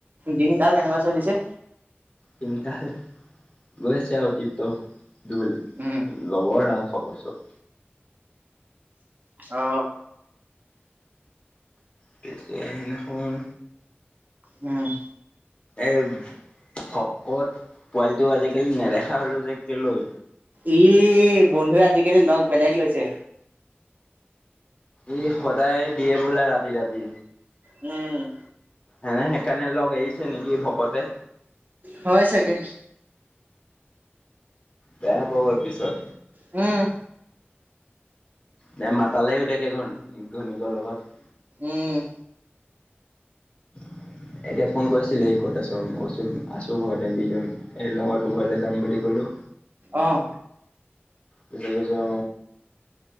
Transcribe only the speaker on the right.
দিন কাল কেনেকুৱা চলিছে।
উম
আহ।
উম
ই বন্ধুৱে আজিকালি লগ বেলেগ লৈছে
উম
হয় চাগে।
উহ।
উম,
আহ।